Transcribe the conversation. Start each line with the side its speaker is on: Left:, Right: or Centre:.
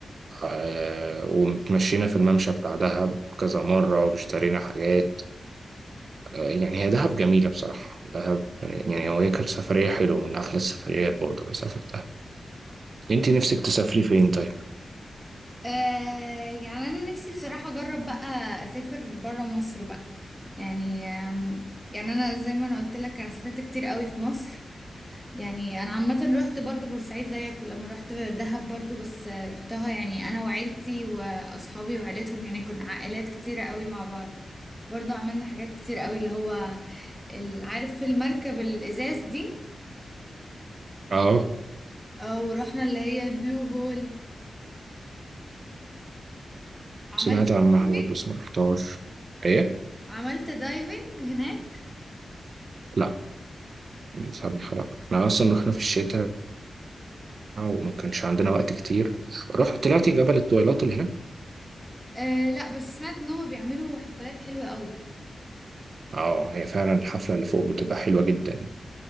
Right: آه، ومتمشينا في الممشى بتاع دهب كذا مرة واشترينا حاجات آه، يعني هي دهب جميلة بصراحة دهب يعني يعني هو هي كانت سفرية حلوة من أحلى السفريات برضه اللي سافرتها انت نفسك تسافري فين طيب
Centre: آه يعني انا نفسي بصراحة اجرب بقى اسافر برا مصر بقى يعني آم، يعني انا زي ما انا قلت لك انا سافرت كتير قوي في مصر يعني انا عامة رحت برضو بورسعيد زيك ولما رحت دهب برضو بس آه، رحتها يعني انا وعيلتي واصحابي وعيلتهم يعني كنا عائلات كتيرة قوي مع بعض برضو عملنا حاجات كتير قوي اللي هو ال- عارف المركب الازاز دي
Right: اه
Centre: اه ورحنا اللي هي البلو هول عملت
Right: سمعت عنها
Centre: دايفنج
Right: برضه بس ما رحتهاش ايه
Centre: عملت دايفنج هناك
Right: لا فاهم خلاص احنا اصلا رحنا في الشتاء وما كانش عندنا وقت كتير رحت طلعت جبل الطويلات اللي هناك
Centre: آه لا بس سمعت ان هما بيعملوا حفلات حلوة قوي
Right: اه هي فعلا الحفله اللي فوق بتبقى حلوه جدا